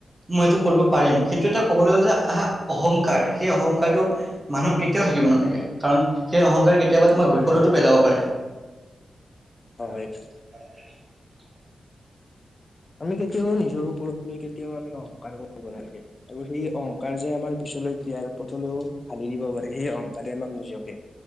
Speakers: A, on the right; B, on the left.
A: মই এইটো কৰিব পাৰিম সেইটো এটা ক'বলৈ গ'লে যে আহা অহংকাৰ সেই অহংকাৰটোত মানুহ কেতিয়াও থাকিব নালাগে কাৰণ সেই অহংকাৰ কেতিয়াবা তোমাক
B: হয়
A: বিপদতো পেলাব পাৰে।
B: হয়, হয়।
A: ত <unintelligible>
B: আমি কেতিয়াও নিজৰ ওপৰত লৈ কেতিয়াও আমি অহংকাৰ কৰিব নালাগে আৰু সেই অ' কাৰ যে আমাৰ পিছলৈ দিয়াৰ পথলৈও ঢালি দিব পাৰে সেই অংহকাৰে আমাক নিজকে